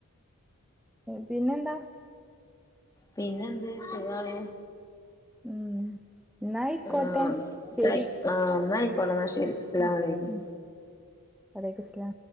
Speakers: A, in the centre; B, on the left (about 15°).
A: പിന്നെന്താ
B: പിന്നെന്ത് സുഖാണ്
A: ഉം എന്നായിക്കോട്ടെ
B: ആ
A: ശരി
B: തയ് ആ ന്നായികോട്ടെ ന്നാ ശെ അസ്സമുലൈകും
A: ഉം ഉം വലൈക്കും സ്ലാം